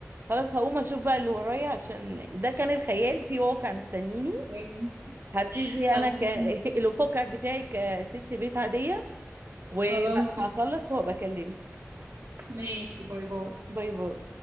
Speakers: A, on the right; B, on the right.
A: خلاص هقوم اشوف بقى اللي ورايا عشان ده كان الخيال في واقع مستنيني
B: أيوة.
A: هبتدي
B: خلاص
A: انا ك <laughs> الواقع بتاعي كست بيت عاديه وبقى
B: خلاص
A: هخلص وهبقى اكلمك
B: ماشي باي باي
A: باي باي